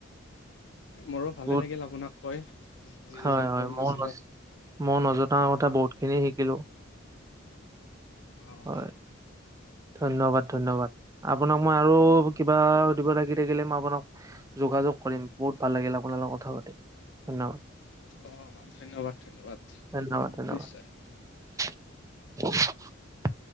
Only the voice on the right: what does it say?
বহুত
হয়
হয়
মই মই নজনা কথা বহুতখিনি শিকিলোঁ।
হয়, ধন্যবাদ ধন্যবাদ আপোনাক মই আৰু কিবা সুধিব লাগি থাকিলে মই আপোনাক যোগাযোগ কৰিম বহুত ভাল লাগিল আপোনাৰ লগত কথা পাতিম ধন্যবাদ।
ধন্যবাদ, ধন্যবাদ।
<unintelligible>